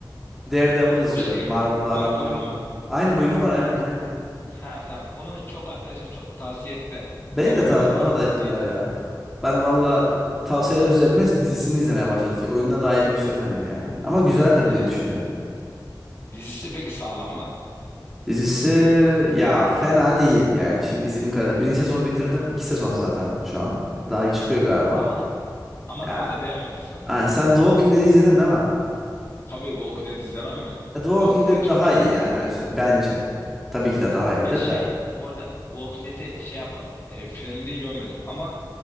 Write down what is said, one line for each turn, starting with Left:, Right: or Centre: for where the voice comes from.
Centre: Daredevil izliyorum.
Left: O şey
Centre: Marvel'la
Left: mi?
Centre: aram
Left: Onun oyunu.
Centre: var mı? Aynen oyunu var aynen
Left: O-
Centre: aynen.
Left: Ha tamam. Onu çok arkadaşım çok tavsiye etti de.
Centre: Beni
Left: Ne oynadı
Centre: de tav- bana da ettiler
Left: ne izledim.
Centre: ya. Ben valla tavsiyeler üzerine dizisini izlemeye başladım. Fi- Oyununa da elimi sürmedim yani. Ama güzeldir
Left: Ha.
Centre: diye düşünüyorum.
Left: Dizisi peki sağlam mı?
Centre: Dizisi ya fena değil yani. Şimdi izlediğim kadarıyla. Birinci sezonu bitirdim. İki sezon zaten şu an. Daha iyi çıkıyor galiba.
Left: Ama Aman
Centre: Ya
Left: aman da beğenmedim sanırım.
Centre: hani sen The Walking Dead'i izledin değil mi?
Left: Tabii Walking Dead izlemem mi?
Centre: The Walking
Left: Walking
Centre: Dead
Left: Dead çok
Centre: daha
Left: hani
Centre: iyi yani öyle söyleyeyim. Bence. Tabii ki de daha iyidir
Left: ya şey
Centre: de.
Left: bu arada Walking Dead'i şey yapmadım. E, finalini görmedim ama